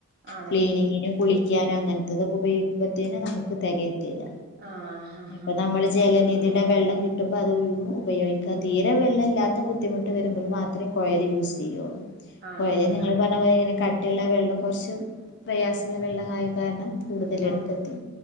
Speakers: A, on the right; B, on the left.
A: ആണല്ലേ
B: ക്ലീനിങ്ങിനും കുളിക്കാനും അങ്ങൻത്തതൊക്കെ ഉപയോഗിക്ക്മ്പത്തേനും നമുക്ക് തെകയത്തില്ല.
A: ആഹ് ഹാ
B: അപ്പ
A: ഹാ
B: നമ്മള് ജലനീതിയുടെ വെള്ളം കി കിട്ടുമ്പോ അത് <unintelligible> ഉപയോഗിക്ക തീരെ വെള്ളല്ലാത്ത ബുദ്ധിമുട്ട് വരുമ്പോൾ മാത്രമേ കൊയൽ യൂസ് ചെയ്യുള്ളൂ.
A: ആണല്ലേ
B: കോയല് നിങ്ങള്
A: ആഹ്
B: പർഞ്ഞ പോലെ ഇങ്ങനെ കട്ടിയുള്ള വെള്ളം കൊർച്ച് പ്രയാസള്ള വെള്ളം ആയി കാരണം കൂടുതൽ
A: ആഹ്
B: എടുക്കത്തി